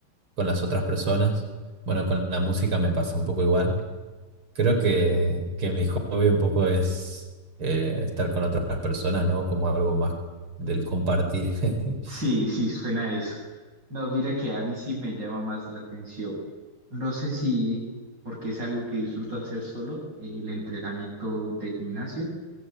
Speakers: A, on the right (about 75°); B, on the right (about 55°).
A: con las otras personas. Bueno, con la música me pasa un poco igual. Creo que, que mi hobby un poco es eh, estar con otras personas, ¿no? Como algo más del compartir. <laughs>
B: sí, sí, suena a eso. No, mira que a mí sí me llama más la atención. No sé si, porque es algo que disfruto hacer solo, el entrenamiento de gimnasio,